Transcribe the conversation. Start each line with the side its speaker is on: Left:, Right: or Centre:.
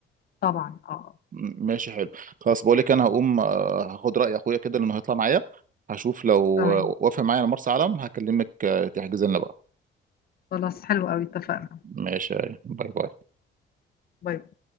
Left: طبعا اه
Right: م- ماشي حلو خلاص بقول لك انا هقوم آه، هاخد راي اخويا كده لانه هيطلع معايا هشوف لو
Left: تمام
Right: آه، وافق معايا على مرسى علم هكلمك آه، تحجز لنا بقى
Left: خلاص حلو قوي اتفقنا
Right: ماشي باي باي
Left: باي باي.